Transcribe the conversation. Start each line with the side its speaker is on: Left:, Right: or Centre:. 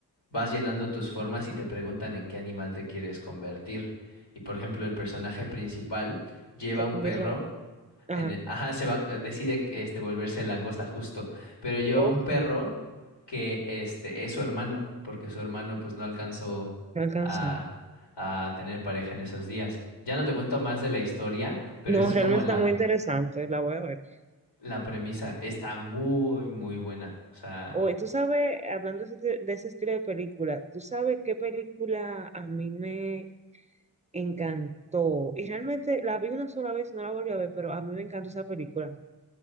Left: vas llenando tus formas y te preguntan en qué animal te quieres convertir. Y por ejemplo, el personaje principal lleva
Right: se
Left: un
Right: convirtió.
Left: perro
Right: Ajá,
Left: en e- ajá, se va, decide este, volverse langosta justo, pero lleva
Right: ok,
Left: un perro
Right: me
Left: que este, es su hermano, porque su hermano pues no alcanzó
Right: alcanzó.
Left: a, a tener pareja en esos días. Ya no te cuento más de la historia, pero
Right: No,
Left: esa es
Right: realmente
Left: como la,
Right: está muy interesante, la voy a ver.
Left: la premisa. Está muy, muy buena. O sea,
Right: Oye, tú sabes, hablando de ese, de ese estilo de película, ¿tú sabes qué película a mí me, encantó. Y realmente la vi una sola vez y no la volví a ver, pero a mí me encantó esa película.